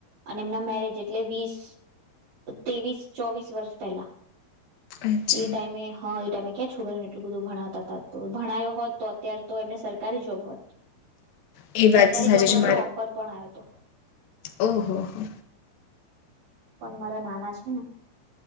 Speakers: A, on the right (about 55°); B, on the left (about 65°).
A: અને એમના મેરેજ એટલે વીસ તેવીસ ચોવીસ વર્ષ પહેલા.
B: અચ્છા
A: એ ટાઈમે હા એ ટાઈમે. ક્યાં છું કરરને એટલું બધું ભણાવતા ત તો ભણાયો હોત તો અત્યારે તો એમે સરકારી જોબ હોત.
B: એ વાત
A: સરકારી
B: સાજ
A: જોબનો
B: છે.
A: તો ઓફર પણ આવ્યો. તો.
B: ઓ હો હો.
A: પણ મારા નાના છે ને.